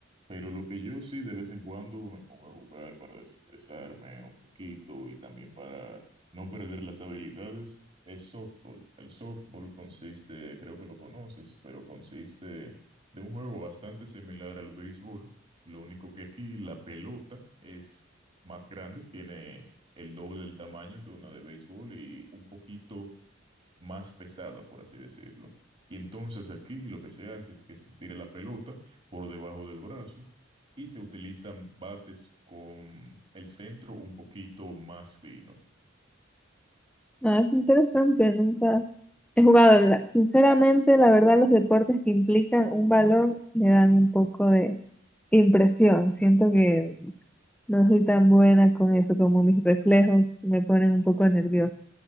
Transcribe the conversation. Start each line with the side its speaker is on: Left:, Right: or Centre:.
Right: pero lo que yo sí de vez en cuando me pongo a jugar para desestresarme un poquito y también para no perder las habilidades es softball. El softball consiste, creo que lo conoces, pero consiste de un juego bastante similar al béisbol, lo único que aquí la pelota es más grande, tiene el doble del tamaño de una de béisbol y un poquito más pesada, por así decirlo. Y entonces aquí lo que se hace es que se tira la pelota por debajo del brazo y se utilizan bates con el centro un poquito más fino.
Centre: Ah, qué interesante, nunca he jugado. La- sinceramente, la verdad, los deportes que implican un balón me dan un poco de impresión. Siento que no soy tan buena con eso, como mis reflejos me ponen un poco nerviosa.